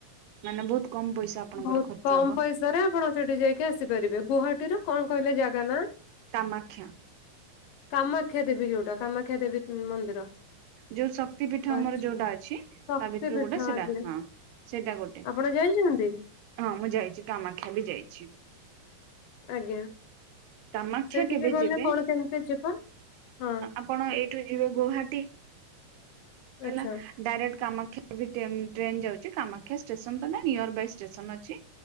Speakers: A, on the right; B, on the left.
A: ମାନେ ବହୁତ୍ କମ ପଇସା ଆପଣଙ୍କର
B: ବହୁତ୍
A: ଖର୍ଚ୍ଚ
B: କମ
A: ହବ
B: ପଇସାରେ ଆପଣ ସେଠି ଯାଇକି ଆସିପାରିବେ ଗୁହାଟୀରୁ କଣ କହିଲେ ଜାଗାନା?
A: ତାମାକ୍ଷିଆ।
B: କାମାକ୍ଷା ଦେବୀ ଯୋଉଟା କାମାକ୍ଷା ଦେବୀ ମନ୍ଦିର।
A: ଯୋଉ ଶକ୍ତି ପୀଠ
B: ଆଚ୍ଛା
A: ଆମର ଯୋଉଟା ଅଛି
B: ଶକ୍ତି
A: ତାଭିତରୁ
B: ପୀଠ
A: ଗୋଟେ ସେଇଟା
B: ଆଜ୍ଞା।
A: ହଁ। ସେଇଟା ଗୋଟେ।
B: ଆପଣ ଯାଇଚନ୍ତି?
A: ହଁ ମୁଁ ଯାଇଚି କାମାକ୍ଷାବି ଯାଇଚି।
B: ଆଜ୍ଞା।
A: କାମାକ୍ଷା
B: ସେଇଠିକି
A: କେବେ
B: ଗଲେ
A: ଯିବେ
B: କଣ କେମିତି ଯିବା ହଁ
A: ଆପଣ ଏଇଠୁ ଯିବେ ଗୌହାଟୀ ହେଲା
B: ଆଚ୍ଛା
A: ଡାଇରେକ୍ଟ କାମାକ୍ଷା ଏବେ ଟ୍ରେନ୍ ଯାଉଚି କାମାକ୍ଷା ଷ୍ଟେସନ ତନାଇଁ ନିୟର ବାଇ ଷ୍ଟେସନ୍ ଅଛି